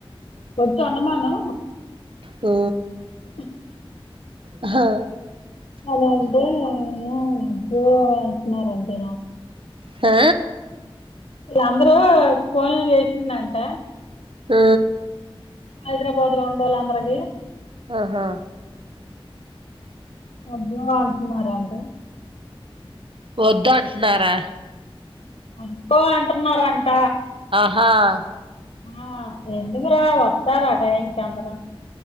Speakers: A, on the left; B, on the right.
A: వచ్చి వండమను
B: ఆ
A: ఉ
B: అహా
A: అలా అంటే అబ్బో అంట్టున్నారంటే
B: ఆ
A: ఇలా అందరూ ఫోన్ చేసిందంట
B: ఆ
A: హైదరాబాద్ లో ఉండలా అందరికి
B: ఆహా
A: అబ్బా అంటున్నారా అంట
B: వద్దు అంటున్నారా
A: అబ్బో అంట్టున్నారు అంట
B: ఆ
A: ఆ ఎందుగుర వస్తారా టైం కు అందరు